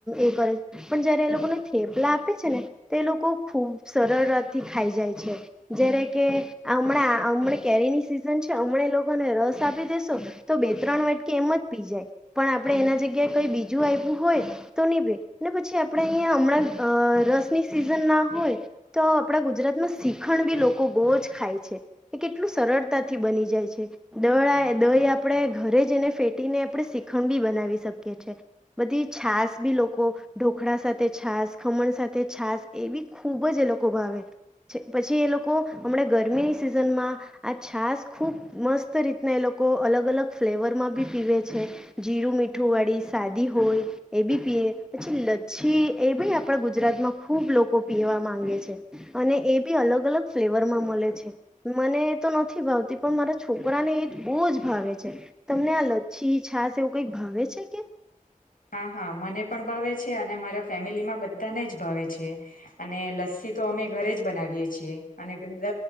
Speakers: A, in the centre; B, on the left.
A: એ કરે છે પણ જયારે એ લોકોને થેપલા આપે છે ને તો એ લોકો. ખૂબ સરળતાથી ખાઈ જાય છે જ્યારે કે હમણાં હમણાં કેરીની સિઝન છે હમણાં લોકોને રસ આપી દેેશો તો બે ત્રણ વાટકી એમ જ પી જાય પણ આપણે એના જગ્યાએ કંઈ બીજું આપવું હોય તો ની પી ને પછી આપણે અહીંયા હમણાં અ રસની સિઝનના હોય તો આપણા ગુજરાતમાં શીખણ બી લોકો બહુ જ ખાય છે એ કેટલું સરળતાથી બની જાય છે દળ દહી આપણે ઘરે જને ફેટીને આપણે શીખણ બી બનાવી શકીએ છે બધી છાસ બી લોકો ઢોકળા સાથે છાસ ખમણ સાથે છાસ એ બી ખૂબ જ એ લોકો ભાવે છે પછી એ લોકો હમણાં ગરમીની સિઝનમાં આ છાાસ ખૂબ મસ્ત રીતના એ લોકો અલગ અલગ ફ્લેવરમાં બી પીવે છે જીરું મીઠું વાળી સાદી હોય એ બી પીવે પછી લચ્છી એ બી આપણા ગુજરાતમાં ખૂબ લોકો પીવા માંગે છે અને એ બી અલગ અલગ ફ્લેવર માં મળે છે. મને એ તો નથી ભાવતી પણ મારા છોકરાને એ જ બહુ જ ભાવે છે. તમને આ લચ્છી છાસ એવું કઈક ભાવે છે કે?
B: હા હા મને પણ ભાવે છે અને મારા ફેમિલી માં બધાને જ ભાવે છે. અને લસ્સી તો અમે ઘરે જ બનાવીએ છીએ. અને દ